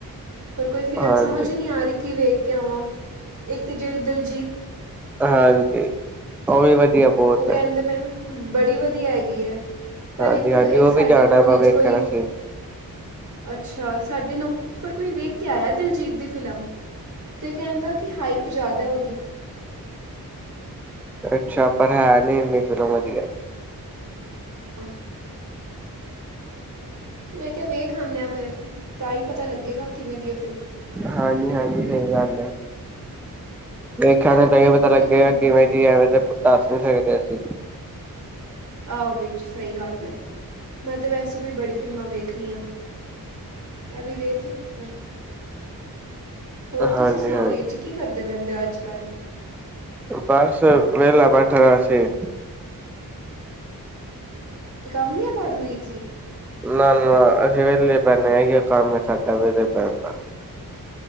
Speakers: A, on the right (about 45°); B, in the centre.
A: ਪਰ ਕੋਈ ਫਿਲਮ
B: ਹਾਂਜੀ
A: ਸਮਝ ਹੀ ਨਹੀਂ ਆ ਰਹੀ ਕਿ ਵੇ ਕੇ ਆਵਾਂ। ਇੱਕ ਜੇਹੜੀ ਦਿਲ
B: ਹਾਂਜੀ ਉਹ ਵੀ ਵਧੀਆ ਬਹੁਤ
A: ਉਹ ਕਹਿੰਦੇ
B: ਹੈ।
A: ਪਏ ਨੇ ਬੜੀ ਵਧੀਆ ਹੈਗੀ ਹੈ। ਪਰ
B: ਹਾਂਜੀ,
A: ਇੱਕ
B: ਹਾਂਜੀ
A: ਇੱਕ
B: ਉਹ
A: ਸਾਡੇ
B: ਵੀ ਜਾਣਾ
A: ਨੌਨ
B: ਵਾ
A: ਵਿੱਚ
B: ਵੇਖਣ
A: ਕੋਈ
B: ਅਸੀਂ।
A: ਅੱਛਾ ਸਾਡੇ ਨੌ ਪਰ ਕੋਈ ਵੇਖ ਕੇ ਆਇਆ ਦਿਲਜੀਤ ਦੀ ਫਿਲਮ, ਤੇ ਕਹਿੰਦਾ ਕਿ ਹਾਈਪ ਜ਼ਾਦਾ ਹੈ ਉਹਦੀ।
B: ਅੱਛਾ, ਪਰ ਹੈ ਨੀ ਨਹੀਂ ਫਿਲਮ ਵਧੀਆ।
A: ਹੂੰ ਮੈਂ ਕਿਹਾ ਵੇਖ ਆੰਦੇ ਆ ਫੇਰ ਤਾਂ ਹੀ ਪਤਾ ਲੱਗੇਗਾ ਕਿਵੇਂ ਦੀ ਏ।
B: ਹਾਂਜੀ, ਹਾਂਜੀ ਸਹੀ ਗੱਲ ਹੈ। ਦੇਖਾਂਗੇ
A: ਮੈਨੂੰ
B: ਤਈੰਯੋ ਪਤਾ
A: ਫਿਲਮਾਂ
B: ਲੱਗੇਗਾ
A: ਦੇਖਣ
B: ਕਿਵੇਂ ਦੀ ਅ ਐਵੇਂ ਤੇ ਦੱਸ ਨੀ ਸਕ ਕੈਸੇ?
A: ਆਹੋ ਵੀਰ ਜੀ ਸਹੀ ਗੱਲ ਏ। ਮੈਂ ਤੇ ਵੈਸੇ ਵੀ ਬੜੀ ਫਿਲਮਾਂ ਵੇਖਣੀ ਆ। ਐ ਵੀ ਵੇਖ ਹੀ ਹੋਰ
B: ਹਾਂਜੀ
A: ਤੁਸੀਂ ਸੁਣਾਓ
B: ਹਾਂਜੀ
A: ਵੀਰ ਜੀ ਕੀ ਕਰਦੇ ਦੇ ਰਹਿੰਦੇ ਔ ਅੱਜ -ਕੱਲ੍ਹ।
B: ਬਸ ਵੇਲਾ ਬੈਠਾ ਦਾ ਸੀ।
A: ਕੰਮ ਨੀ ਅ ਤੁਹਾਨੂੰ ਵੀਰ ਜੀ?
B: ਨਾ, ਨਾ, ਨਾ ਅਸੀਂ ਵੇਲੇ ਬੈੰਨੇ ਆ ਅਈਂਯੋ ਕੰਮ ਏ ਸਾਡਾ ਵੇਲੇ ਬੈੰਨ ਦਾ।